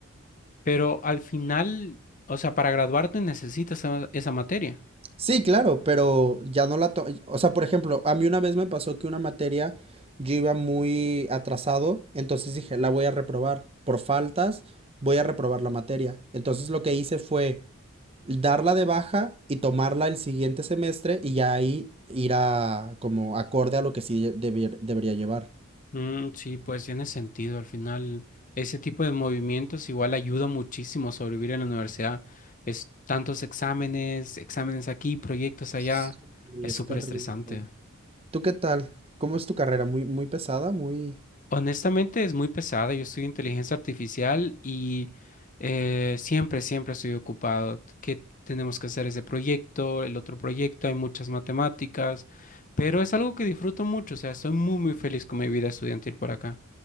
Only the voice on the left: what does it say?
Pero al final, o sea, para graduarte necesitas esa esa materia.
Mm, sí, pues tiene sentido. Al final, ese tipo de movimientos igual ayuda muchísimo a sobrevivir en la universidad. Es tantos exámenes, exámenes aquí, proyectos allá.
Es
súper
estresante.
Honestamente, es muy pesada. Yo estudio inteligencia artificial y eh, siempre, siempre estoy ocupado. ¿Qué tenemos que hacer ese proyecto, el otro proyecto? Hay muchas matemáticas, pero es algo que disfruto mucho. O sea, estoy muy, muy feliz con mi vida estudiantil por acá.